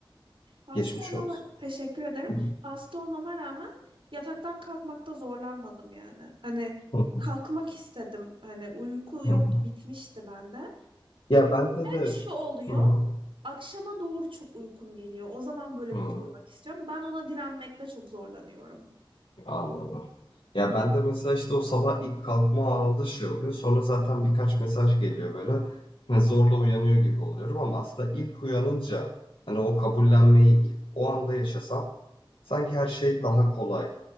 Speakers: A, on the right; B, on the left.
A: Hasta
B: Geçmiş
A: olmama
B: olsun.
A: teşekkür ederim.
B: Hı
A: Hasta olmama rağmen yataktan kalkmakta zorlanmadım yani. Hani
B: hı,
A: kalkmak istedim. Hani uyku
B: hı
A: yoktu,
B: hı.
A: bitmişti bende.
B: Ya bende de
A: Şu oluyor.
B: Hı hı.
A: Akşama doğru çok uykum geliyor. O zaman böyle
B: Hı.
A: bir uyumak istiyorum. Ben ona direnmekte çok zorlanıyorum.
B: Anladım. Ya ben de mesela işte o sabah ilk kalkma anında şey oluyor. Sonra zaten birkaç mesaj geliyor böyle. Hani zorla uyanıyor gibi oluyorum ama aslında ilk uyanınca hani o kabullenmeyi ilk o anda yaşasam sanki her şey daha kolay